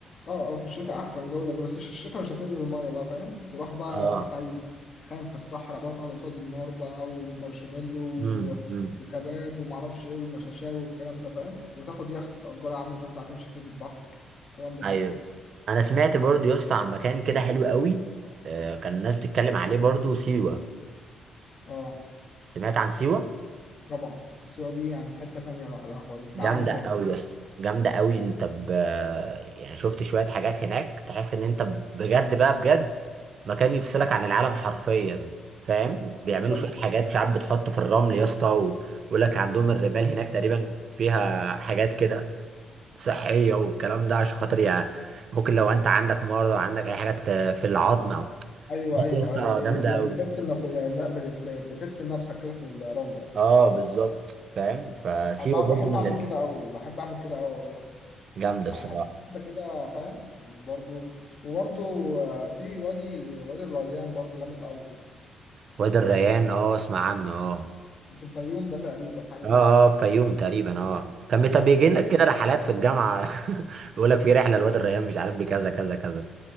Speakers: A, on the left (about 45°); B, on the right (about 55°).
A: اه اه في الشتاء احسن جو ده بس في الشتاء مش هتنزل المية بقى فاهم تروح بقى
B: اه
A: تخيم تخيم في الصحراء بقى وتقعد قصاد النار بقى ومارشميلو
B: امم
A: و-
B: امم
A: وكباب ومعرفش ايه والمشاشاو والكلام ده فاهم وتاخد يخت تأجره يا عم وتطلع تمشي فيه في البحر الكلام ده
B: ايوه
A: كله
B: انا سمعت برضو يا اسطى عن مكان كده حلو قوي آه كان الناس بتتكلم عليه برضو سيوة
A: اه
B: سمعت عن سيوة
A: طبعا سيوة دي يعني في حتة تانية لوحدها خالص
B: جامده
A: ده عالم تاني
B: قوي يا اسطى جامده قوي انت ب... آه، يعني شفت شويه حاجات هناك تحس ان انت بجد بقى بجد مكان يفصلك عن العالم حرفيا فاهم بيعملوا
A: بالظبط
B: شويه حاجات مش عارف بتحط في الرمل يا اسطى ويقول لك عندهم الرمال هناك تقريبا فيها حاجات كده صحية والكلام ده عشان خاطر يعني ممكن لو انت عندك مرض او عندك اي حاجات في العظم او
A: ايوه
B: بط
A: ايوه
B: يا اسطى
A: ايوه ب- ب-
B: جامدة اوي
A: بتدفن نف... يعني ب- ب- بتدفن نفسك كده في الرملة
B: اه بالظبط فاهم فسيوة
A: بع-
B: برضو
A: بحب
B: من
A: اعمل كده قوي بحب اعمل كده قوي والله
B: الجامدة
A: هحس
B: بصراحة
A: كده كده فاهم برضو وبرضو آه، في وادي وادي الريان برضو جامد قوي
B: وادي الريان اه اسمع عنه اه
A: في الفيوم ده تقريبا حاجة
B: اه
A: كده
B: اه فيوم تقريبا اه كان بت- بيجي لك كده رحلات في الجامعة <laughs> يقول لك في رحلة لوادي الريان مش عارف بكذا كذا كذا